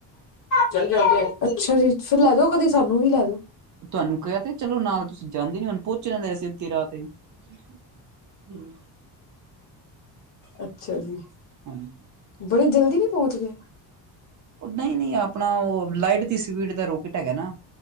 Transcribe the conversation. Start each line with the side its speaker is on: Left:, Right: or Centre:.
Left: ਚਲ ਚਲਦੇ ਆਂ। ਅੱਛਾ ਜੀ। ਫਿਰ ਲੈ ਦੋ ਕਦੀਂ ਸਾਨੂੰ ਵੀ ਲੈ ਜੋ।
Right: ਤੁਹਾਨੂੰ ਕਹਿ ਤੇ, ਚਲੋ ਨਾਲ, ਤੁਸੀਂ ਜਾਂਦੇ ਨੀ, ਹੁਣ ਪਹੁੰਚ ਜਾਂਦਾ ਅਸੀਂ ਅਧ੍ਹੀ ਰਾਤ ਤੇ। ਹੁਂ
Left: ਅੱਛਾ ਜੀ।
Right: ਹਾਂਜੀ
Left: ਬੜੀ ਜਲਦੀ ਨਹੀਂ ਪਹੁੰਚ ਗਏ?
Right: ਉਹ ਨਹੀਂ-ਨਹੀਂ, ਆਪਣਾ ਉਹ ਲਾਈਟ ਦੀ ਸਪੀਡ ਦਾ ਰੋਕਟ ਹੈਗਾ ਨਾ।